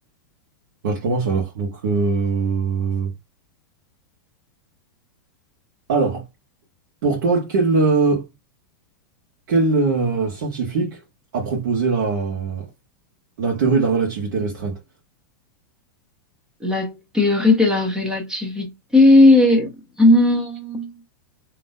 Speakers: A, on the right; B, in the centre.
A: bah, je commence alors. Donc, euh, alors, pour toi, quel, euh, quel euh, scientifique a proposé la, la théorie de la relativité restreinte?
B: La théorie de la relativité, hmm,